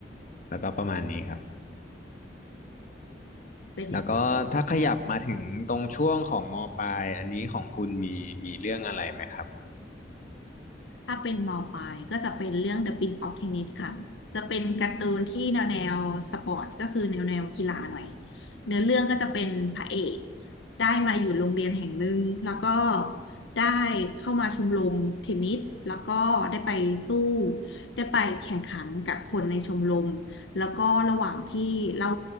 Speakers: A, on the left; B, on the left.
A: แล้วก็ประมาณนี้ครับ
B: เป็นอย่างนี้นี่เอง
A: แล้วก็ถ้าขยับมาถึงตรงช่วงของมปลายอันนี้ของคุณมีมีเรื่องอะไรไหมครับ
B: ถ้าเป็นมอปลายก็จะเป็นเรื่อง The Prince of Tennis ค่ะ จะเป็นการ์ตูนที่แนวแนวสปอร์ตก็คือแนวแนวกีฬาหน่อยเนื้อเรื่องก็จะเป็นพระเอกได้มาอยู่โรงเรียนแห่งหนึ่งแล้วก็ได้เข้ามาชมรมเทนนิสแล้วก็ได้ไปสู้ได้ไปแข่งขันกับคนในชมรมแล้วก็ระหว่างที่เล่า